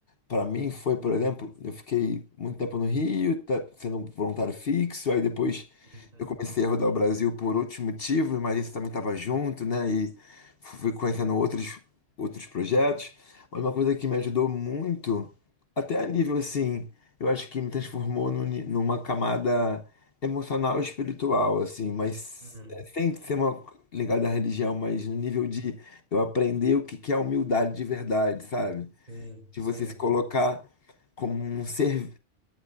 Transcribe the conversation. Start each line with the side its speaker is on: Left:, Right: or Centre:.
Left: Para mim foi, por exemplo, eu fiquei muito tempo no Rio, tá- sendo um voluntário fixo, aí depois
Right: Uhum,
Left: eu comecei a rodar o Brasil por outros motivos, mas isso também estava junto, né? E fui conhecendo outros, outros projetos. Mas uma coisa que me ajudou muito, até a nível assim, eu acho que me transformou num ni- numa camada emocional e espiritual, assim, mas
Right: uhum.
Left: é, sem ser uma ligada à religião, mas no nível de eu aprender o que que é humildade de verdade, sabe?
Right: Sim,
Left: de
Right: sim,
Left: você se colocar como um ser,